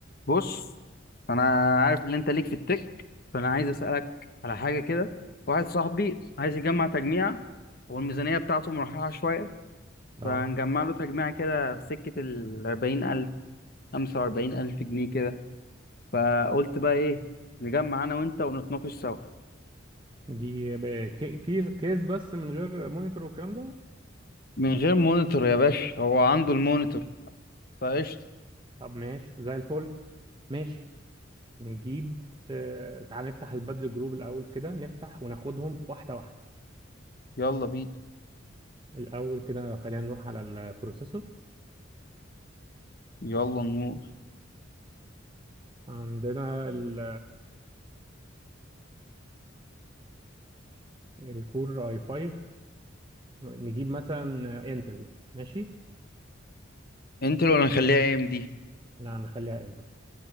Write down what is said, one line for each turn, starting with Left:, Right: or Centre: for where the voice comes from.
Left: بص انا عارف ان انت ليك في التك فانا عايز اسالك على حاجه كده واحد صاحبي عايز يجمع تجميع والميزانيه بتاعته مرحله شويه
Right: اه
Left: فهنجمع له اه تجميع كده في سكه ال 40000 45000 جنيه كده فقلت بقى ايه نجمع انا وانت ونتناقش سوا
Right: دي ب- كي- كيس كيس بس من غير مونيتور والكلام ده
Left: من غير مونيتور يا باشا هو عنده المونيتور فقشطه
Right: طب ماشي زي الفل ماشي نجيب آه، تعال نفتح البدر جروب الاول كده نفتح وناخدهم واحده واحده
Left: يلا بينا
Right: الاول كده خلينا نروح على البروسيسور
Left: يلا نور
Right: عندنا ال الكور اي 5 نجيب مثلا انتل ماشي
Left: انت لو هنخليها ام دي
Right: لا نخليها انتل